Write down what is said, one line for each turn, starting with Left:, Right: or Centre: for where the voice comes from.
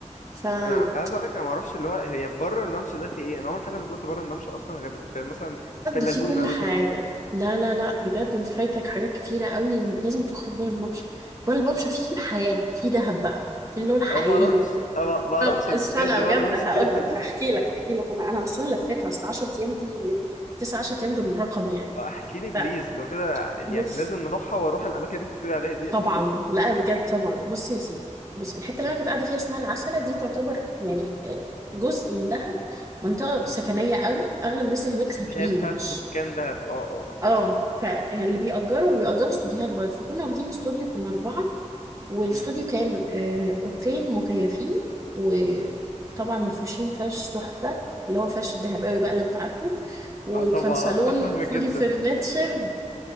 Right: فبجد
Left: انا عايز اقول لك انا ما اعرفش اللي هو هي بره الممشى ده في ايه انا عمري فعلا ما طلعت بره الممشى اصلا غير في مثلا في اللاجونه
Right: في كل
Left: مثلا
Right: حاجه لا لا لا بجد انت فايتك حاجات كتيره قوي لازم تخرج بره الممشى بره الممشى فيه الحياه في دهب بقى في اللي هو الحقيقيه
Left: انا ما اعرفش انا ما ما اعرفش
Right: طب استنى
Left: بجد بره
Right: بجد
Left: الممشى
Right: هقول
Left: في ايه
Right: لك
Left: <laughs>
Right: هحكي لك هحكي لك انا انا اصلا لفيتها اصل 10 ايام دي 9 10 ايام دول رقم يعني
Left: آه، احكي لي بليز
Right: لا
Left: لو كده يعني
Right: بص
Left: لازم نروحها واروح الاماكن اللي انت بتقول عليها ديت
Right: طبعا لا بجد طبعا بص يا سيدي بص الحته اللي
Left: <laughs> مم.
Right: انا كنت قاعده فيها اسمها العسله دي تعتبر يعني آه، جزء من دهب منطقه
Left: مم.
Right: سكنيه قوي اغلب الناس اللي هناك ساكنين
Left: اللي هي بتاعت
Right: مش
Left: سكان دهب اه اه اه
Right: اه فاللي بيأجروا وبيأجروا استوديوهات برضه فكنا واخدين استوديو كنا اربعه والاستوديو
Left: مم.
Right: كان آه، اوضتين مكيفين وطبعا
Left: مم.
Right: مفروشين فرش تحفه اللي هو فرش الدهباوي بقى اللي انت عارفه وكان
Left: اه طبعا
Right: صالون
Left: <laughs> افهمك
Right: فولي
Left: جدا
Right: فرنتشرد